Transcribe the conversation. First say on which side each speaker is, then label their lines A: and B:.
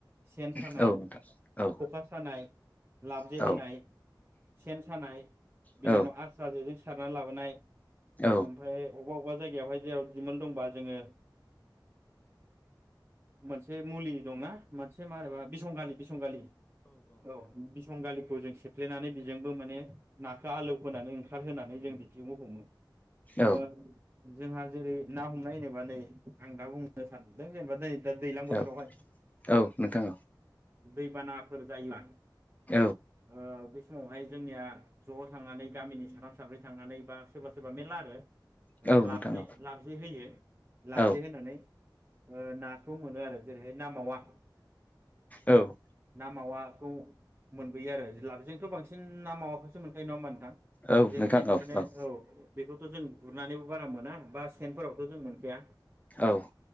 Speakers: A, on the right; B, on the left.
A: सेन सानाय
B: औ नोंथां औ
A: खखा सानाय लाबजे
B: औ
A: होनाय सेन सानाय बिनि
B: औ
A: उनाव आस्रा जेजों सारना लाबोनाय
B: औ
A: ओमफ्राय अबेबा अबाव अबेबा जायगायावहाय जेराव दिमोल दंबा जोङो मोनसे मुलि दंना मोनसे माबा बिसंगालि बिसंगालि औ बिसंगालिखौ जों सेफ्लेनानै बेजोंबो माने नाखौ आलौ होनोनानै ओंखार होनोनांग नानै जों बिथिखौ हमो।
B: औ
A: अओ जोंहा जेरै ना हमनाय होनोबा नै आं दा बुंनो सानदों जेनेबा दिनै दा दैज्लां बोथोरावहाय
B: औ औ नोंथां
A: दैबानाफोर जायोबा
B: औ
A: औ बेसमावहाय समावहाय जोंनिया ज' थांनानै गामिनि साथ साब्रै थांनानै बा सोरबा सोरबा मेरला आरो
B: औ नोंथां
A: लाबजे लाबजे होयो लाबजे
B: औ
A: होनानै नाखौ मोनो आरो जेरैहाय नामावा
B: औ नोंथां औ औ
A: मावाखौ मोनबोयो आरो जि लाबजोंथ' बांसिन ना मावाखौसो मोनखायो नङा होमा नोंथां।
B: औ
A: जेरैहाय
B: नोंथां औ
A: माने
B: औ
A: बेखौथ' जों गुरनानैबो बारा मोना। बा सेनफोरावथ' जों मोनखाया
B: औ नोंथां औ नोंथां औ नोंथां औ नोंथां औ नोंथां औ